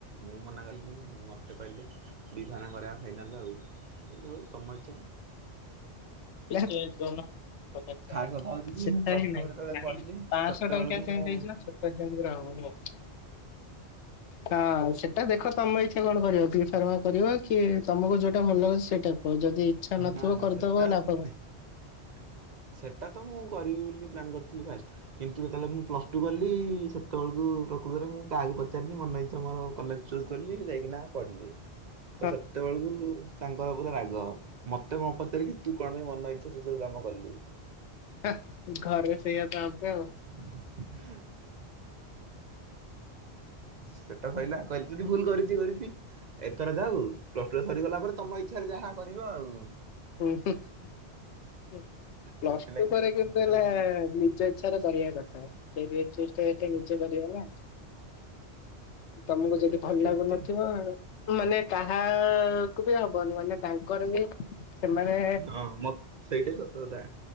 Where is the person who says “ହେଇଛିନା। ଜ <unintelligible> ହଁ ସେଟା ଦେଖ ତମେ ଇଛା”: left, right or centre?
Left